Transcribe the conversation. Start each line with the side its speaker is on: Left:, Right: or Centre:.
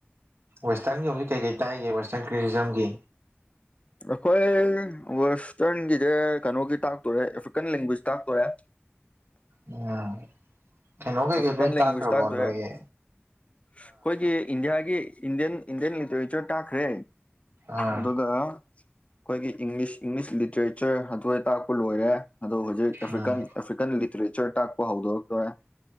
Right: ꯋꯦꯁꯇꯔꯟꯒꯤ ꯍꯧꯖꯤꯛ ꯀꯩꯀꯩ ꯇꯥꯏꯒꯦ ꯋꯦꯁꯇꯔꯟ ꯀ꯭ꯔꯤꯇꯤꯖꯝꯒꯤ
Left: ꯑꯩꯈꯣꯏ ꯋꯦꯁꯇ꯭ꯔꯟꯒꯤꯁꯦ ꯀꯩꯅꯣꯒꯤ ꯇꯥꯛꯇꯣꯔꯦ ꯑꯦꯐ꯭ꯔꯤꯀꯥꯟ ꯂꯦꯡꯒ꯭ꯋꯦꯖ ꯇꯥꯛꯇꯣꯔꯦ
Right: ꯎꯝ ꯀꯩꯅꯣ ꯀꯩꯀꯩ
Left: ꯑꯐ꯭ꯔꯤꯀꯥꯟ
Right: ꯅꯣꯏ ꯇꯥꯛꯈ꯭ꯔꯕꯣ
Left: ꯂꯦꯡꯒ꯭ꯋꯦꯖ ꯇꯥꯛꯇꯣꯔꯦ
Right: ꯅꯣꯏꯒꯤ
Left: ꯑꯩꯈꯣꯏꯒꯤ ꯏꯟꯗꯤꯌꯥꯒꯤ ꯏꯟꯗꯤꯌꯟ ꯏꯟꯗꯤꯌꯟ ꯂ ꯂꯤꯇꯔꯦꯆꯔ ꯇꯥꯈꯔꯦ
Right: ꯑꯥ
Left: ꯑꯗꯣꯒ ꯑꯩꯈꯣꯏꯒꯤ ꯏꯪꯂꯤꯁ ꯏꯪꯂꯤꯁ ꯂꯤꯇꯔꯦꯆꯔ ꯑꯗꯨꯋꯥ ꯇꯥꯛꯄ ꯂꯣꯏꯔꯦ ꯑꯗꯣ ꯍꯧꯖꯤꯛ ꯑꯦꯐ꯭ꯔꯤꯀꯥꯟ
Right: ꯎꯝ
Left: ꯑꯦꯐ꯭ꯔꯤꯀꯥꯟ ꯂꯤꯇꯔꯦꯆꯔ ꯇꯥꯛꯄ ꯍꯧꯗꯣꯔꯛꯇꯣꯔꯦ